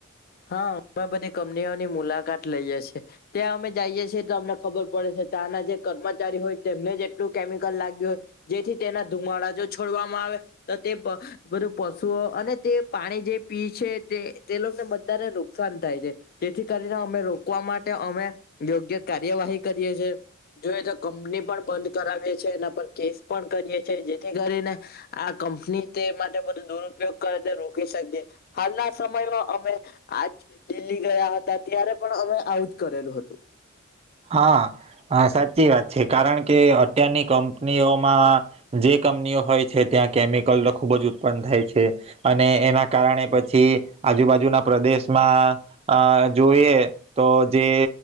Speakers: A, on the left; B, on the right.
A: હા અમે બધી કંપનીઓની મુલાકાત લઈએ છીએ ત્યાં અમે જઈએ છીએ તો અમને ખબર પડે છે ત્યાંના જે કર્મચારી હોય તેમને જ એટલું કેમિકલ લાગ્યું હોય જેથી તેના ધુમાડા જો છોડવામાં આવે તો તે બધું પશુઓ અને તે પાણી જે પી છે તે તેને લોકને બ ધાને નુકસાન થાય છે જેથી કરીને અમે રોકવા માટે અમે યોગ્ય કાર્યવાહી કરીએ છેજોઈએ તો કંપની પણ બંધ કરાવીએ છે એના પર કેસ પણ કરીએ છે જેથી કરીને આ કંપની તે માટે બધ દુરપયોગ કરે રોકી શકીએ હાલના સમયમાં અમે આજ દિલ્હી ગયા હતા ત્યારે પણ અમે આવુંજ કરેલું હતું.
B: હા સાચી વાત છે કારણ કે અત્યારની કંપનીઓમાં જે કંપનીઓ હોય છે ત્યાં કેમિકલ નો ખુબ જ ઉત્પન્ન થાય છે અને એના કારણે પછી આજુબાજુના પ્રદેશમાં જોઈએ તો જે